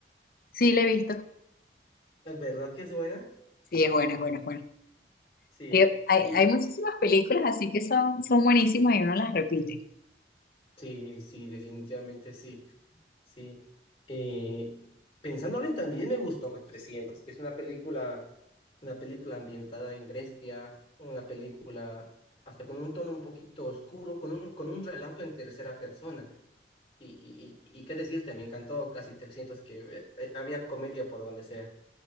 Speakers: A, on the left (about 55°); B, on the left (about 30°).
A: Sí, la he visto.
B: ¿Es ¿Verdad que es buena?
A: Sí, es buena, es buena, es buena.
B: Sí,
A: Que hay,
B: y
A: hay muchísimas películas así que son, son buenísimas y uno las repite.
B: sí, sí, definitivamente sí. Sí. Eh, pensándolo y también me gustó 300, que es una película, una película ambientada en Grecia, una película hasta con un tono un poquito oscuro, con un, con un relato en tercera persona. Y, y, y, y qué decirte, me encantó casi trescientos que eh, eh, había comedia por donde sea.